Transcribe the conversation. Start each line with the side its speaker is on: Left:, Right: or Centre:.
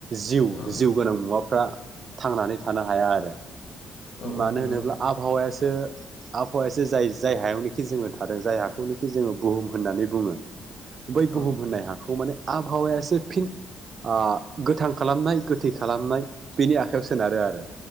Right: जिउ
Left: औ
Right: जिउ गोनां मुवाफ्रा थांनानै थानो हाया आरो।
Left: औ औ
Right: मानो
Left: नंगौ
Right: होनोब्ला आबहावायासो ओ आबहावासो जाय जाय हायावनोखि जोङो थादों जाय हाखौनोखि जोङो बुहुम होननानै बुङो। बै बुहुम
Left: औ
Right: होननाय हाखौ माने आबहावायासो फिन ओ गोथां खालामनाय गोथै खालामनाय बेनि आखायाव सोनारो आरो।